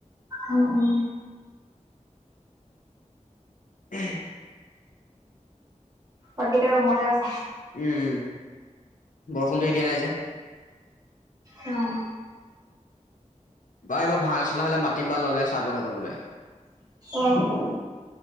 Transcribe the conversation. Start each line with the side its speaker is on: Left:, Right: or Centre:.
Right: উম উম।
Left: উম।
Right: বাকী এতিয়া ৰুমতে আছা?
Left: উম উম, বৰষুণটো এ দিয়া নাই যে।
Right: অ'।
Left: বা এইবাৰ ভাৱনা নচনা হ'লে মাতিম বা ল'লে চাবলৈ ক'বলৈ।
Right: অ'।